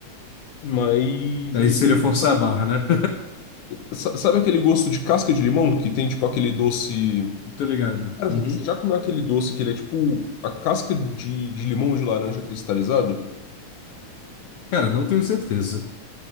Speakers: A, on the left; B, on the left.
A: mas
B: Aí
A: ele
B: seria
A: tem...
B: forçar
A: um sa-
B: a barra, né?
A: sa- Sabe aquele gosto de casca de limão? Que tem tipo aquele doce...
B: <laughs> Tô ligado.
A: Cara,
B: Uhum.
A: você já comeu aquele doce que ele é tipo a casca de, de limão ou de laranja cristalizado?
B: Cara, não tenho certeza.